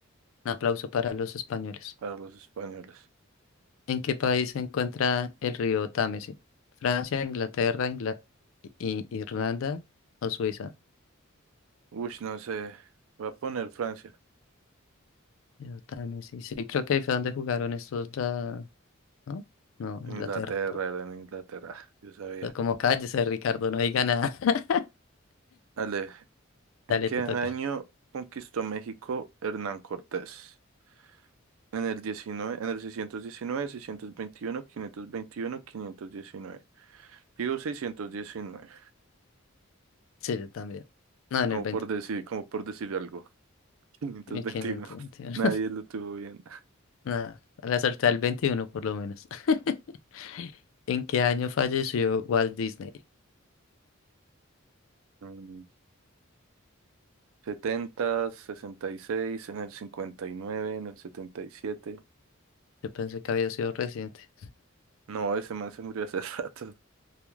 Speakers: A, on the left; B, on the right.
A: Un aplauso para los españoles.
B: para los españoles.
A: ¿En qué país se encuentra el río Támesis? ¿Francia, Inglaterra, Ingla- I- Irlanda o Suiza?
B: Uy, no sé. Voy a poner Francia.
A: Río Támesis. Sí, creo que ahí fue donde jugaron estos la... ¿No? No, Inglaterra.
B: Inglaterra,
A: Pero
B: era en Inglaterra, yo sabía.
A: Como cállese, Ricardo, no diga nada. <laughs>
B: Ale, ¿en
A: Dale,
B: qué
A: te
B: año
A: toca.
B: conquistó México Hernán Cortés? En el 19, en el seiscientos seiscientos diecinueve, seiscientos veintiuno, quinientos veintiuno, quinientos diecinueve. Digo 619,
A: Sí, yo también. No, en
B: como
A: el
B: por decir, como por decir algo.
A: 21.
B: 521.
A: 1521.
B: <laughs> Nadie lo tuvo bien.
A: Nada, la salté al 21 por lo menos. <laughs> ¿En qué año falleció Walt Disney?
B: Mm, setenta, sesenta y seis, en el 59, en el 77.
A: Yo pensé que había sido reciente.
B: No, ese man se murió hace <laughs> rato,